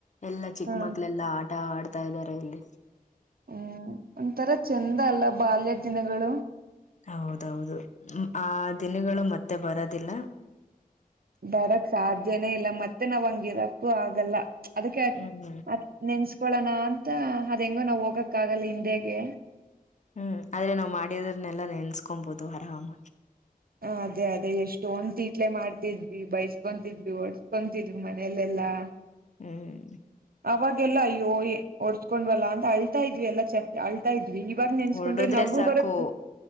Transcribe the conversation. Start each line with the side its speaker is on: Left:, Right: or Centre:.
Left: ಎಲ್ಲಾ ಚಿಕ್ಕ
Right: ಹಾ
Left: ಮಕ್ಳ ಎಲ್ಲಾ ಆಟ ಆಡ್ತಾ ಇದ್ದಾರೆ ಇಲ್ಲಿ
Right: ಹ್ಮ್ ಒಂಥರ ಚಂದ ಅಲ್ಲ ಬಾಲ್ಯದ ದಿನಗಳು
Left: ಹೌದೌದು ಆ ದಿನಗಳು ಮತ್ತೆ ಬರೋದಿಲ್ಲ
Right: ಬರಕ್ ಸಾಧ್ಯನೇ ಇಲ್ಲ ಮತ್ತೆ ನಾವ್ ಹಂಗಿರಕ್ಕೂ ಆಗಲ್ಲ ಅದಕ್ಕೆ
Left: ಹ್ಮ್
Right: ನೆನ್ಸ್ಕೊಳೋಣ ಅಂತ ಅದ ಹೆಂಗೋ ನಾವ್ ಹೋಗಕ್ ಆಗಲ್ಲ ಹಿಂದೇಗೆ
Left: ಹ್ಮ್ ಆದ್ರೆ ನಾವ್ ಮಾಡಿದ್ರನ್ನೆಲ್ಲಾ ನೆನ್ಸ್ಕೊಬಹುದು ಆರಹಾಮಿ
Right: ಅದೇ ಅದೇ ಎಷ್ಟು ಒಂದ ತೀಟ್ಲೆ ಮಾಡ್ತಿದ್ವಿ ಬೈಸ್ಕೊತಿದ್ವಿ ಒಡ್ಸ್ಕೊವಿ ತಿರ್ಗ ಮನೆಯಲ್ಲೆಲ್ಲಾ
Left: ಹ್ಮ್
Right: ಅವಾಗೆಲ್ಲ ಅಯ್ಯಯ ಒಡ್ಸ್ಕೊಂಡ್ ಬಲ್ಲಾ ಅಂತ ಅಳ್ತಾ ಇದ್ವಿ ಎಲ್ಲ ಚ ಆಳ್ತಾ ಇದ್ವಿ ಇವಾಗ ನೆನ್ಸ್ಕೊಂಡ್ರೆ
Left: ಹೊರಡುದ್ರೆ
Right: ನಗು
Left: ಸಾಕು
Right: ಬರುತ್ತೆ